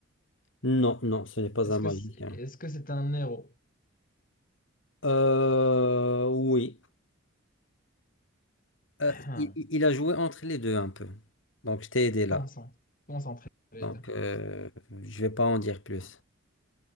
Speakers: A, on the left (about 65°); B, on the left (about 45°).
A: Non, non, ce n'est pas
B: Est-ce
A: un magicien.
B: que c'est, est-ce que c'est un héros?
A: Euh, oui. Euh,
B: <clears throat>
A: il, il- a joué entre les deux un peu. Donc, je t'ai aidé là.
B: Concentre, concentrez les
A: Donc,
B: deux.
A: euh, je vais pas en dire plus.